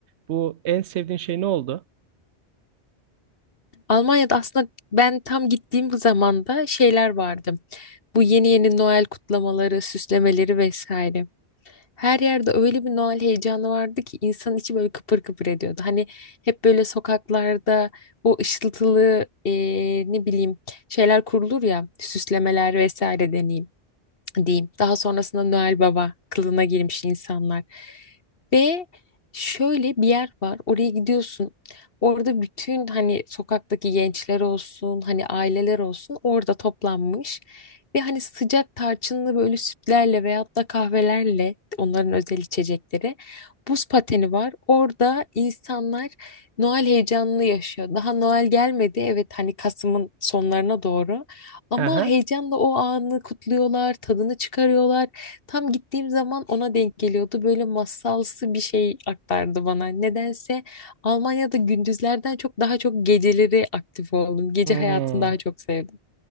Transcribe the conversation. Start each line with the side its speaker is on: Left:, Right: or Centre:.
Right: bu en sevdiğin şey ne oldu?
Left: Almanya'da aslında ben tam gittiğim zamanda şeyler vardı. Bu yeni yeni Noel kutlamaları, süslemeleri vesaire. Her yerde öyle bir Noel heyecanı vardı ki insanın içi böyle kıpır kıpır ediyordu. Hani hep böyle sokaklarda o ışıltılı eee, ne bileyim şeyler kurulur ya süslemeler vesaire deneyim diyeyim. Daha sonrasında Noel Baba kılığına girmiş insanlar. Ve şöyle bir yer var. Oraya gidiyorsun. Orada bütün hani sokaktaki gençler olsun, hani aileler olsun orada toplanmış. Ve hani sıcak tarçınlı böyle sütlerle veyahut da kahvelerle onların özel içecekleri. Buz pateni var. Orada insanlar Noel heyecanını yaşıyor. Daha Noel gelmedi. Evet hani Kasım'ın sonlarına doğru. Ama
Right: Hı hı.
Left: heyecanla o anı kutluyorlar, tadını çıkarıyorlar. Tam gittiğim zaman ona denk geliyordu. Böyle masalsı bir şey aktardı bana. Nedense Almanya'da gündüzlerden çok daha çok geceleri aktif oldum. Gece
Right: Hmm.
Left: hayatını daha çok sevdim.